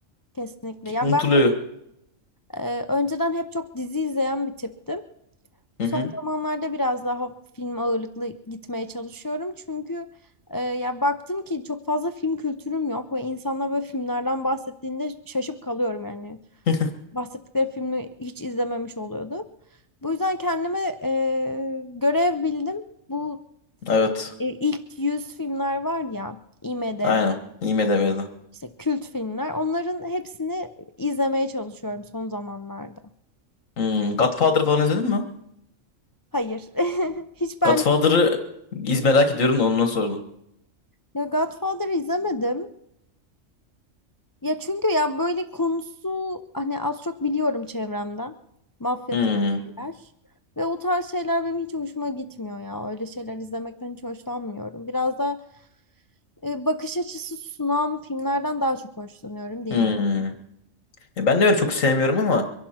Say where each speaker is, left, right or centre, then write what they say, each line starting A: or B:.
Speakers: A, on the left; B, on the left.
A: kesinlikle. Ya
B: Unutuluyor.
A: ben Ee, önceden hep çok dizi izleyen bir tiptim.
B: Hı
A: Son
B: hı.
A: zamanlarda biraz daha film ağırlıklı gitmeye çalışıyorum. Çünkü e, ya baktım ki çok fazla film kültürüm yok ve insanlar böyle filmlerden bahsettiğinde şaşıp kalıyorum yani.
B: <laughs>
A: Bahsettikleri filmi hiç izlememiş oluyordu. Bu yüzden kendime e, görev bildim. Bu
B: Evet.
A: e, ilk 100 filmler var ya IMDb
B: Aynen. IMDb'de.
A: işte kült filmler onların hepsini izlemeye çalışıyorum son zamanlarda.
B: Hmm, Godfather falan izledin mi?
A: Hayır. <laughs> Hiç ben
B: Godfather'ı iz merak ediyorum da ondan sordum.
A: Ya Godfather'ı izlemedim. Ya çünkü ya böyle konusu hani az çok biliyorum çevremden. Mafya
B: Hmm,
A: tek şeyler. Ve o tarz şeyler benim hiç hoşuma gitmiyor ya. Öyle şeyler izlemekten hiç hoşlanmıyorum. Biraz da e, bakış açısı sunan filmlerden daha çok hoşlanıyorum diye.
B: hmm. Ya ben de öyle çok sevmiyorum ama